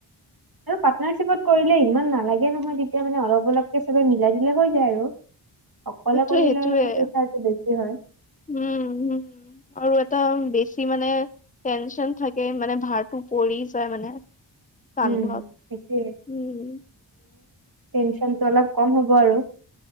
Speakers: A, on the right; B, on the left.
A: আৰু পাৰ্টনাৰশ্বিপত কৰিলে ইমান নালাগে নহয় তেতিয়া মানে অলপ অলপকে সবে মিলাই দিলে হৈ যায় আৰু অকলে
B: সেইটোয়ে
A: কৰিলে
B: সেইটোয়ে
A: অল পইচাটো বেছি হয়।
B: উম হম আৰু এটা বেছি মানে টেনচন থাকে মানে ভাৰটো পৰি যায় মানে কান্ধত
A: উম। সেইটোয়ে
B: উম।
A: টেনচন টো অলপ কম হ'ব আৰু